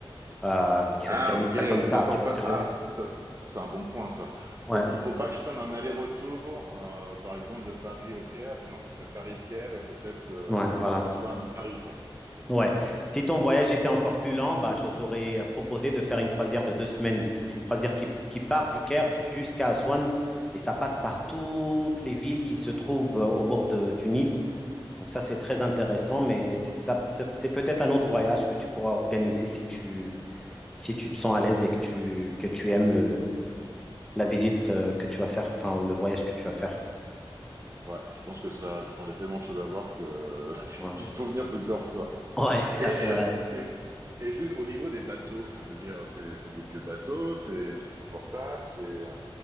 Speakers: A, in the centre; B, on the right (about 30°).
A: Euh, tu
B: Ah,
A: organises
B: ok.
A: ça comme ça.
B: Donc, en
A: Tu vois
B: fait,
A: ce que je
B: ah,
A: veux dire?
B: ça, ça, c'est un bon point, ça.
A: Ouais.
B: Donc, il faut pas que je prenne un aller-retour, euh, par exemple, de Paris au Caire, mais non, ce serait Paris-Caire et peut-être euh,
A: Ouais, voilà.
B: Aswan, Paris, quoi.
A: Ouais. Si ton voyage était encore plus lent, bah, je t'aurais euh, proposé de faire une croisière de deux semaines. C'est une croisière qui, qui part du Caire jusqu'à Aswan et ça passe par toutes les villes qui se trouvent euh, au bord de- du Nil. Donc ça, c'est très intéressant, mais c'est ça- c'est- c'est peut-être un autre voyage que tu pourras organiser si tu, si tu te sens à l'aise et que tu, que tu aimes le, la visite euh, que tu vas faire, enfin, ou le voyage que tu vas faire.
B: Ouais, je pense que ça, je pense qu'il y a tellement de choses à voir que <laughs>
A: Ouais.
B: qu'il faut venir plusieurs fois.
A: Ouais, ça
B: Et, et,
A: c'est vrai.
B: et- et juste au niveau des bateaux, enfin, je veux dire, c'est c'est des vieux bateaux, c'est c'est confortable, c'est euh,